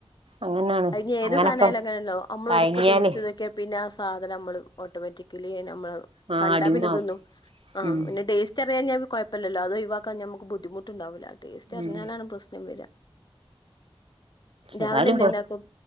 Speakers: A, on the right; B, on the left.
A: അങ്ങനാണ്
B: അയ്ഞ്ഞി ഏത്
A: അങ്ങനൊക്കെ
B: സാനായാലും അങ്ങനല്ലോ അമ്മളൊരുക്കെ
A: തയങ്ങിയാലേ
B: ടേയ്സ്റ്റെയ്തോക്ക്യാ പിന്നെ ആ സാധനം അമ്മള് ഓട്ടോമാറ്റിക്കലി നമ്മളെ
A: ആഹ്
B: കണ്ടാ
A: അടിമാവും
B: പിന്നെ തോന്നും ആഹ്
A: ഉം
B: പിന്നെ ടേസ് ചെറിയ ഞ <unintelligible> കൊഴപ്പല്ലല്ലോ അത് ഒഴിവാക്കാൻഞ്ഞാ മ്മക്ക് ബുദ്ധിമുട്ടുണ്ടാവൂല. ടേസ്റ്റർഞ്ഞാലാണ്
A: ഉം
B: പ്രശ്നം വെര രാവിലെ
A: ഏതായാലും
B: എന്തേ
A: കൊ
B: ണ്ടാക്കും